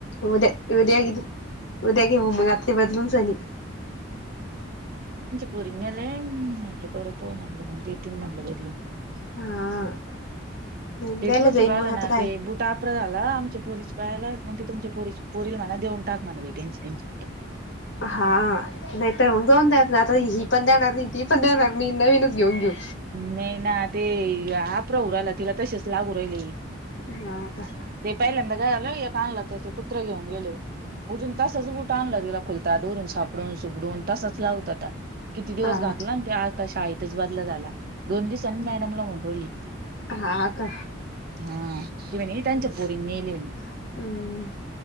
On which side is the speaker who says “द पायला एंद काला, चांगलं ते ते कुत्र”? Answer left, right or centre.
Right